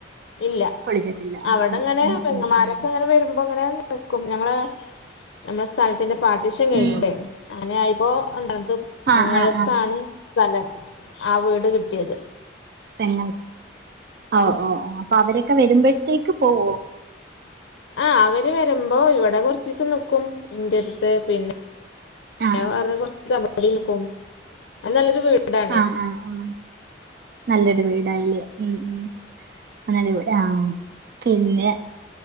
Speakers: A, on the left (about 80°); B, on the right (about 55°).
A: ഇല്ല
B: കുളിച്ചിട്ടില്ല ആ
A: അവിടെ
B: ആ
A: ഇങ്ങനെ
B: ഉം
A: പെങ്ങമാരൊക്കെ
B: ഉം ഉം
A: അങ്ങനെ വരുമ്പോ അങ്ങനെ നിക്കും ഞങ്ങള് നമ്മടെ സ്ഥലത്തിന്റെ പാർട്ടീഷൻ കഴിഞ്ഞില്ലേ
B: ഉം.
A: അങ്ങനെ ആയിപ്പോ <unintelligible> പെങ്ങൾക്കാണ്
B: ആ ആ ആ
A: സ്ഥലം ആ വീട് കിട്ടിയത്
B: പെങ്ങ ഓഹ്
A: ഉം
B: ഓഹ് ഓഹ് അപ്പൊ അവരൊക്കെ വരുമ്പോഴത്തേക്ക് പോവോ
A: ആഹ് അവര് വരുമ്പോ ഇവിടെ കൊർച്ചീസം നിക്കും ഇൻ്റെ അടുത്ത് പിന്നെ
B: ആ
A: <unintelligible>
B: ആഹ് ആഹ് ആഹ് നല്ലൊരു വീടാല്ലേ ഉം ഉം <unintelligible> ആഹ് പിന്നെ